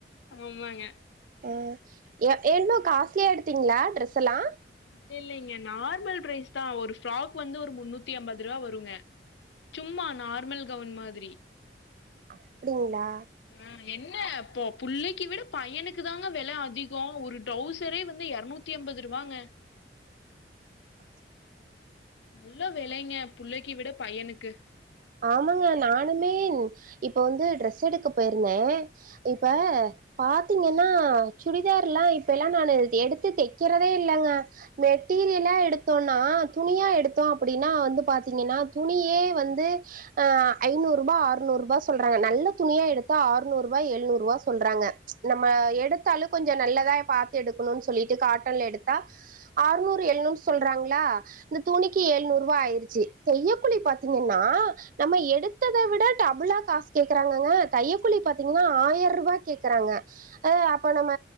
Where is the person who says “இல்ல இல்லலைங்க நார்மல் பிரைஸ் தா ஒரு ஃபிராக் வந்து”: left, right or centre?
Left